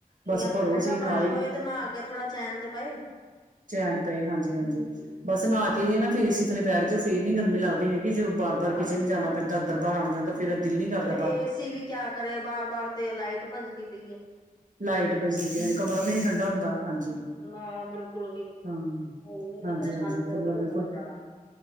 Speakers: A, on the right; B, on the left.
A: ਬਸ
B: ਯਾ
A: ਭਰੋ
B: ਤੇ ਠੰਡਾ
A: ਸਹੀ
B: ਪਾਣੀ
A: ਨਾਲ ਹੀ
B: ਹੋਏ ਤੇ ਨਾ ਕੇ ਥੋੜਾ ਚੈਨ ਤੇ ਪਏ
A: ਚੈਨ ਪਏ ਹਾਂਜੀ, ਹਾਂਜੀ ਬਸ ਨਾਹ ਕੇ ਨਾ ਫੇਰ ਏਸੀ ਥਲੇ ਬੈਠ ਜਾਓ ਫੇਰ ਨੀ ਗਰਮੀ ਲੱਗਦੀ ਹੈਗੀ। ਜੋ ਬਾਰ ਬਾਰ
B: ਹਾਂਜੀ
A: ਕਿਚਨ ਜਾਣਾ ਪੈਂਦਾ ਅੰਦਰ ਬਾਰ ਆਉਣ ਜਾਂਣ ਫਿਰ ਦਿੱਲੀ ਕਰਦਾ
B: ਫਿਰ ਏਸੀ ਵੀ ਕਿਆ ਕਰੇ ਬਾਰ ਬਾਰ ਤੇ ਲਾਈਟ ਭੱਜਦੀ ਪਈ ਹੇ।
A: ਲਾਈਟ ਭੱਜਦੀ ਪਈ ਹੇ ਹਾਏ ਕਮਰਾ ਵੀ ਨਹੀਂ ਠੰਡਾ ਹੁੰਦਾ ਹਾਂਜੀ।
B: ਨਾ ਬਿਲਕੁਲ ਵੀ ਨਹੀ
A: ਹਾਂ
B: ਹੁਣ ਵੀ ਇੰਨੀ
A: ਹਾਂਜੀ
B: ਪਰੇਸ਼ਾਨੀ
A: ਹਾਂਜੀ
B: ਹੋਹੀ
A: ਕਮਰਾ
B: ਹੈ
A: ਬਿਲਕੁਲ
B: ਬਹੁਤ ਜ਼ਿਆਦਾ।